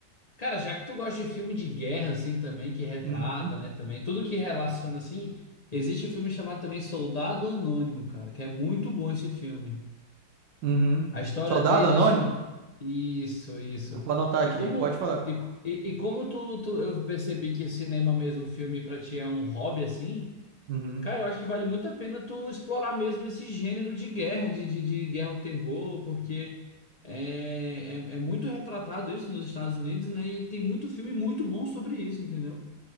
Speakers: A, on the left; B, on the right.
A: Cara, já que tu gosta de filme de guerra, assim, também, que retrata,
B: Uhum.
A: né, também, tudo que relaciona, assim, existe um filme chamado também Soldado Anônimo, cara, que é muito bom esse filme.
B: Uhum.
A: A história
B: Soldado
A: dele
B: Anônimo?
A: é sobre... Isso, isso.
B: Eu vou anotar aqui.
A: E como,
B: Pode falar.
A: e, e, e como tu, tu, eu percebi que cinema mesmo, filme pra ti é um hobby, assim,
B: Uhum.
A: Cara, eu acho que vale muito a pena tu explorar mesmo esse gênero de guerra, de, de, de guerra ao terror, porque é, é, é muito retratado isso nos Estados Unidos, né? E tem muito filme muito bom sobre isso, entendeu?